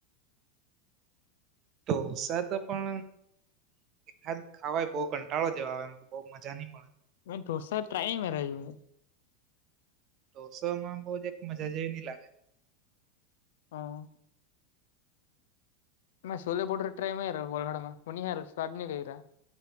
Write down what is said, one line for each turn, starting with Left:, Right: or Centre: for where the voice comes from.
Right: તો સાપે પણ એ ખાદ ખાવાય બો કંટાળો જવા આવે એમ તો બો મજા ની મળે
Left: મે દોસા ટ્રાય મારાયવુ
Right: ઢોસોમાં બો જક મજા જેવી ની લાગે
Left: હા મે સોલે બોડર ટ્રાય <unintelligible> સ્વાદ ની કઈરા